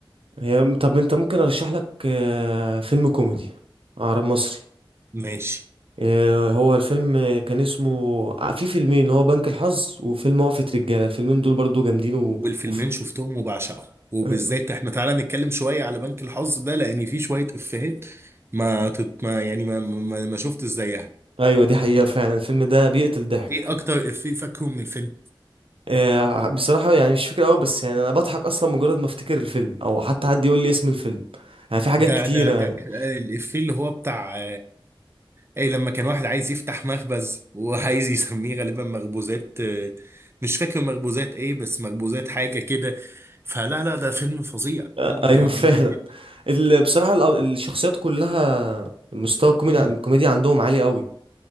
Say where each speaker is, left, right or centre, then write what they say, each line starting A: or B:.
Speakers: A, on the right; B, on the right.
A: هي- طب أنت ممكن أرشح لك آه، فيلم كوميدي عربي مصري
B: ماشي
A: آه، هو الفيلم آه، كان اسمه آه، في فيلمين اللي هو بنك الحظ وفيلم وقفة رجالة الفيلم الفيلمين دول برضو جامدين و...
B: والفيلمين
A: وف...
B: شفتهم وبعشقهم وبالذات
A: آه،
B: احنا تعالى نتكلم شويه على بنك الحظ ده لان فيه شويه افيهات ما, تت... ما يعني ما ما, ما شفت زيها
A: أيوة دي حقيقة فعلا الفيلم ده بيقتل ضحك
B: ايه اكتر افيه فاكره من الفيلم
A: آه، بصراحة يعني مش فاكر قوي بس يعني انا بضحك اصلا مجرد ما افتكر الفيلم او حتى حد يقول لي اسم الفيلم يعني في حاجات
B: ده
A: كتيرة
B: ده
A: يعني
B: ده ك- آه، الافيه اللي هو بتاع اي لما كان واحد عايز يفتح مخبز وعايز يسميه غالبا مخبوزات آه، مش فاكر مخبوزات ايه بس مخبوزات حاجه كده فلا لا ده فيلم فظيع
A: آه،
B: فيلم
A: ايوه
B: جميل
A: <laughs> فعلا
B: جدا
A: ال- بصراحة الأب- الشخصيات كلها مستوى الكوميديا
B: امم
A: الكوميديا عندهم عالي قوي